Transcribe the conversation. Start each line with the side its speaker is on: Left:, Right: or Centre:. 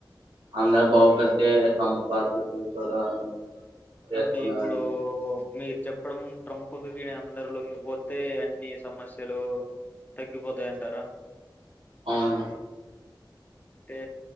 Right: అందరు బాగుపడితే టంప్ పాత చూస్తదా అని చేస్తున్నానని
Left: అంటే ఇప్పుడు మీరు చెప్పడం ట్రంప్కి అందరు లొంగిపోతే అన్ని సమస్యలు తగ్గిపోతాయంటారా
Right: అవును
Left: అంటే